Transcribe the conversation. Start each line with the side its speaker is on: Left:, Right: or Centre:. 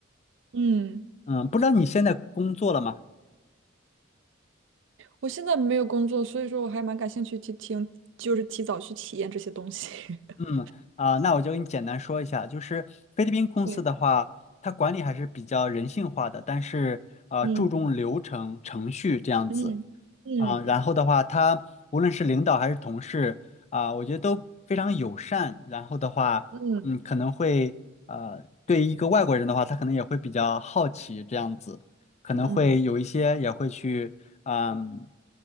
Right: 嗯，
Left: 嗯，不知道你现在工作了吗？
Right: 我现在没有工作，所以说我还蛮感兴趣去听，就是提早去体验这些东西。
Left: 嗯啊、
Right: <laughs>
Left: 那我就给你简单说一下，就是菲律宾公司的话，
Right: 对，
Left: 它管理还是比较人性化的，但是啊注重流程程序这样子。
Right: 嗯嗯嗯
Left: 啊，然后的话，他无论是领导还是同事啊，我觉得都非常友善。然后的话，
Right: 嗯
Left: 嗯，可能会呃，对于一个外国人的话，他可能也会比较好奇这样子，可能会有一些也会去嗯，
Right: 嗯